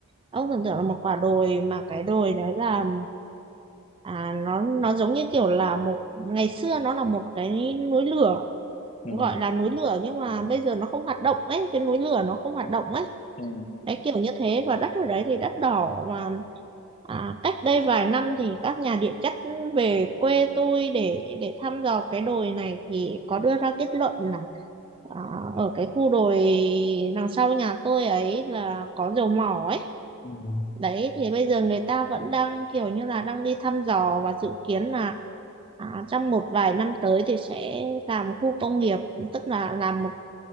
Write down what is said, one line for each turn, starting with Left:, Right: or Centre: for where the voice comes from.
Right: ông tưởng tượng là một quả đồi mà cái đồi đấy là à nó nó giống như kiểu là một ngày xưa nó là một cái núi lửa
Left: ừ,
Right: gọi là núi lửa nhưng mà bây giờ nó không hoạt động ấy cái núi lửa nó không hoạt động ấy
Left: ừ,
Right: đấy kiểu như thế và đất ở đấy thì đất đỏ mà à, cách đây vài năm thì các nhà địa chất về quê tôi để để thăm dò cái đồi này thì có đưa ra kết luận là à, ở cái khu đồi đằng sau nhà tôi ấy là có dầu mỏ ấy
Left: ừ,
Right: đấy thì bây giờ người ta vẫn đang kiểu như là đang đi thăm dò và dự kiến là À, trong một vài năm tới thì sẽ làm khu công nghiệp tức là làm một